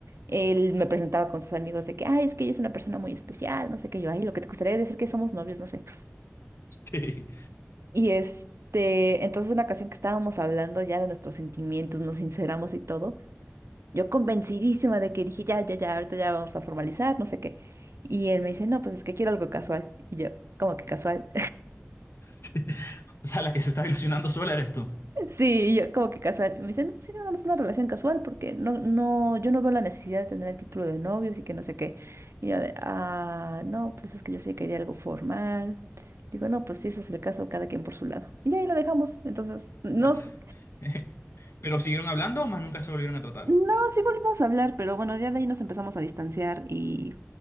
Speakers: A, on the right (about 75°); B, on the left (about 70°).
A: Él me presentaba con sus amigos de que, ay, es que ella es una persona muy especial, no sé qué yo, ay, lo que te gustaría decir que somos novios, no sé.
B: Sí,
A: Y este, entonces una ocasión que estábamos hablando ya de nuestros sentimientos, nos sinceramos y todo, yo convencidísima de que dije, ya, ya, ya, ahorita ya vamos a formalizar, no sé qué. Y él me dice, no, pues es que quiero algo casual. Y yo, ¿cómo que casual?
B: sí. O sea, la que se estaba ilusionando sola eres tú.
A: Sí, y yo como que casual. Y Me dice no, sí, nada más una relación casual, porque no, no, yo no veo la necesidad de tener el título de novio, así que no sé qué. Y yo de, ah, no, pues es que yo sí quería algo formal. Digo, no, pues si ese es el caso, cada quien por su lado. Y ahí lo dejamos. Entonces, no,
B: <laughs>
A: s-
B: Pero siguieron hablando, más nunca se volvieron a tratar.
A: No, sí volvimos a hablar, pero bueno, ya de ahí nos empezamos a distanciar y